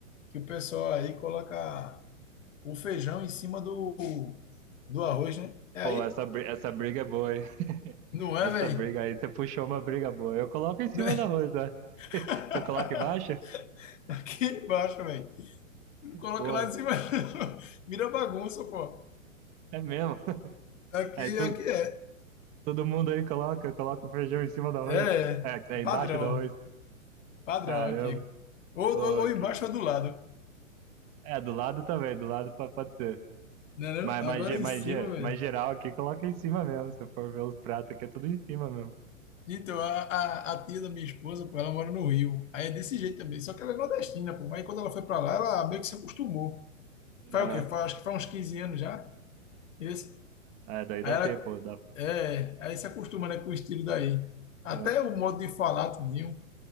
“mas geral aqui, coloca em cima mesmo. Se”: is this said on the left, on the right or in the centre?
Right